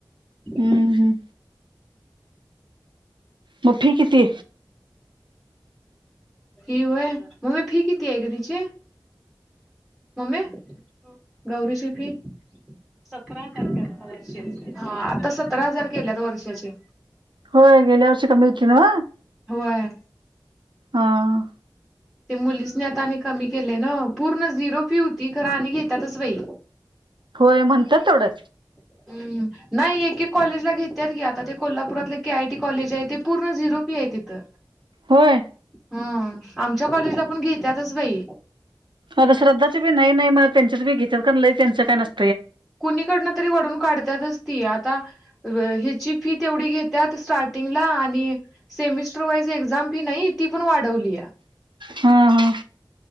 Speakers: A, on the right (about 75°); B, in the centre.
A: हम्म
B: <inaudible>
A: हम्म म फी किती?
B: फी होय. मम्मी फी किती आहे गं तिची? मम्मे <unintelligible> गौरीची फी? सतरा हजार रूपये आहे बघ. ह्यावर्षी. हां आता सतरा हजार केलयात वर्षाचे.
A: होय गेल्या वर्षी कमी होती नव्हं?
B: होय
A: हां.
B: ते मुलीसनी आता आणि कमी केलंय ना पूर्ण झिरो फी होती खरं आणि घेत्यातच बाई.
A: होय म्हणत्यात तेवढं.
B: हम्म नाही एक एक कॉलेजला घेत्यात गी आता ते कोल्हापुरातलं के आय टी कॉलेज आहे ते पूर्ण झिरो फी आहे तिथं.
A: होय
B: हम्म आमच्या कॉलेजला पण घेत्यातच बाई.
A: मग श्रद्धांच बी नाही, नाहीं म्हणत त्यांच्यात बी घेतात, कारण लई त्यांचं काही नत
B: कुणीकडनं तरी वळून काढतातच ती आता. हिची फी तेवढी घेत स्टार्टिंगला आणि सेमिस्टर वाईज एक्झाम फी नाही ती पण वाढवली आहे.
A: हा, हा.